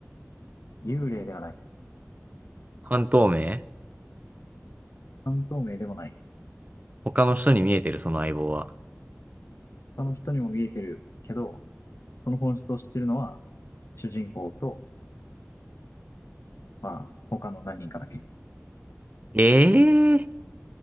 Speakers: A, on the left; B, on the right.
A: 幽霊ではない。
B: 半透明
A: 半透明でもない。
B: 他の人に見えてる、その相棒は。
A: 他の人にも見えてるけど、その本質を知ってるのは主人公と、まあ他の何人かだけ。
B: ええ